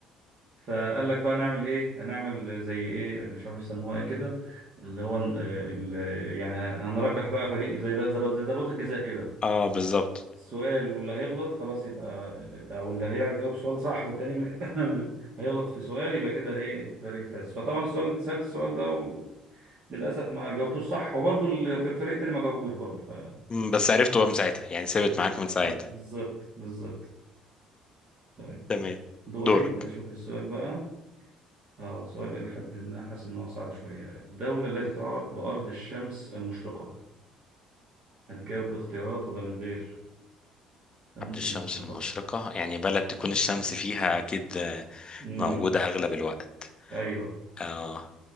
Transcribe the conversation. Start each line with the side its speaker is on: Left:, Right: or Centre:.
Right: فقال لك بقى نعمل ايه هنعمل زي ايه مش عارف يسموها ايه كده اللي هو ال... ال- يعني هنرجح بقى فريق زي ده زي ضربات الجزاء كده
Left: اه بالظبط
Right: سؤال واللي هيغلط خلاص يبقى او اللي هيجاوب سؤال صح والتاني <laughs> هيغلط في سؤال يبقى كده ايه الفريق فاز فطبعا السؤال سألت السؤال ده وللاسف ما جاوبتوش صح وبرضه ال- في الفريق التاني ما جاوبوش برضه فمن
Left: مم، بس عرفته بقى من ساعتها يعني ثابت معاك من
Right: بالظبط
Left: ساعتها
Right: بالظبط طيب
Left: تمام
Right: دوري
Left: دورك
Right: اشوف السؤال بقى اه سؤال الى حد ما حاسس ان هو صعب شويه الدوله التي
Left: مم.
Right: تعرف بارض الشمس المشرقه هتجاوب باختيارات ولا من غير شمس
Left: عبد الشمس
Right: المشرقه
Left: المشرقة يعني بلد تكون الشمس فيها أكيد آه،
Right: امم
Left: موجودة أغلب الوقت
Right: ايوه
Left: آه